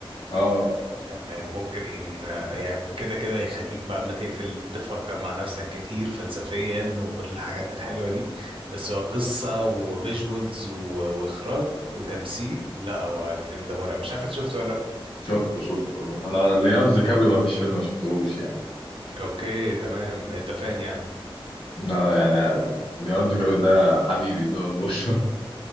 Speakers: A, on the left (about 65°); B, on the right (about 65°).
A: اه
B: يعني ممكن آه، يعني كده كده يخليك بعد ما تقفل تفكر مع نفسك كتير فلسفيا وكل الحاجات الحلوه دي بس هو قصه وفيجوالز واخراج وتمثيل لا هو الفيلم ده مرعب مش عارف انت شفته ولا لا
A: شفته شفته انا ليوناردو دي كابريو ما فيش فيلم ما شفتهوش يعني
B: اوكي تمام اتفقنا يعني
A: انا يعني ليوناردو دي كابريو ده حبيبي زي ما بقول <laughs>